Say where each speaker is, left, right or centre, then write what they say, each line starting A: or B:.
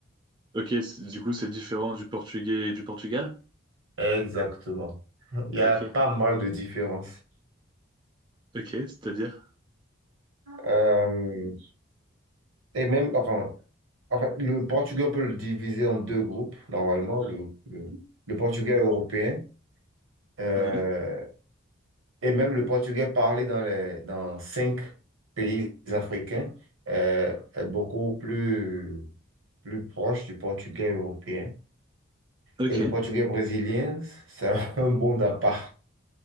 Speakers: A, on the right; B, on the right.
A: Ok, c'est- du coup, c'est différent du portugais et du Portugal?
B: Exactement. <laughs> Il y
A: Ok,
B: a pas mal de différences.
A: ok, c'est-à-dire?
B: Euh, et même, enfin, enfin, le portugais, on peut le diviser en deux groupes, normalement, le, le, le portugais européen euh,
A: Ouais,
B: et même le portugais parlé dans les, dans cinq pays africains euh, est beaucoup plus, plus proche du portugais européen.
A: ok,
B: Et le portugais brésilien, c'est un <laughs> monde à part.